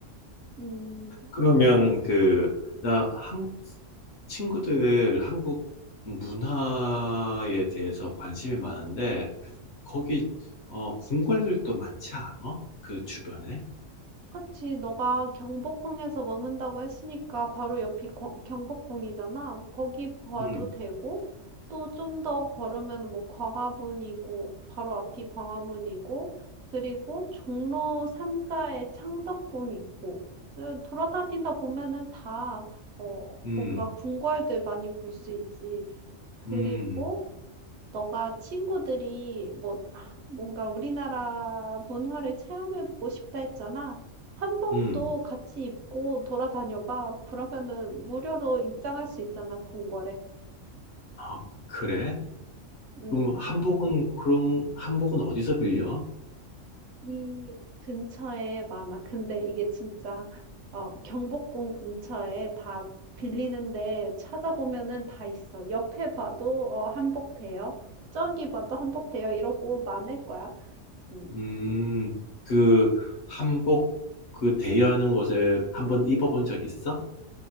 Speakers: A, on the right; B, on the left.
A: 음,
B: 그러면 그 나 한국 친구들 한국 문화에 대해서 관심이 많은데 거기 어 궁궐들도 많지 않아? 그 주변에?
A: 그치. 너가 경복궁에서 머문다고 했으니까 바로 옆이 거- 경복궁이잖아. 거기 봐도
B: 음,
A: 되고, 또 좀 더 걸으면 뭐 광화문이고, 바로 앞이 광화문이고, 그리고 종로 3가에 창덕궁 있고, 에, 돌아다니다 보면은 다, 어,
B: 음,
A: 뭔가 궁궐들 많이 볼 수 있지. 그리고
B: 음,
A: 너가 친구들이 뭐 아, 뭔가 우리나라 문화를 체험해 보고 싶다 했잖아. 한복도
B: 음.
A: 같이 입고 돌아다녀 봐. 그러면은 무료로 입장할 수 있잖아, 궁궐에.
B: 아, 그래?
A: 음.
B: 그럼 한복은 그런 한복은 어디서 빌려?
A: 이 근처에 많아. 근데 이게 진짜 어, 경복궁 근처에 다 빌리는데 찾아보면은 다 있어. 옆에 봐도 어, 한복 돼요. 저기 봐도 한복 돼요. 이러고 많을 거야. 음.
B: 음, 그 한복 그 대여하는 곳에 한번 입어본 적 있어?